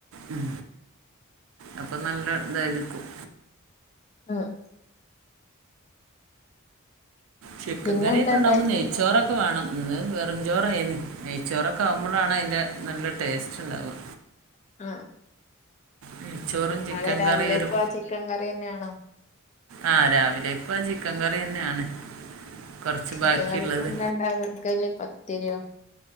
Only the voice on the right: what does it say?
ഉം അപ്പം നല്ല ഇതാരിക്കും
ചിക്കൻ
കറിയൊക്കെ ഇണ്ടാവുമ്പ
നെയ്ച്ചോറ ക്കെ വേണം ഇന്ന് വെറും ചോറായ്ന് നെയ്ച്ചോറൊക്കെ ആവുമ്പളാണ് അയിൻ്റെ നല്ല ടേസ്റ്റ് ഇണ്ടാവുക
നെയ്ച്ചോറും ചിക്കൻ
കറിയും ഒരു
ആഹ് രാവിലെക്കും ആ ചിക്കൻ കറി തന്നെയാണ് കുറച്ച്
ബാക്കിയുള്ളത്